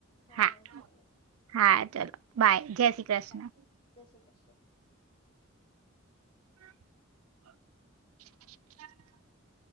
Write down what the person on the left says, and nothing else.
વાંધો નહી
બાય જય શ્રી ક્રિષ્ના.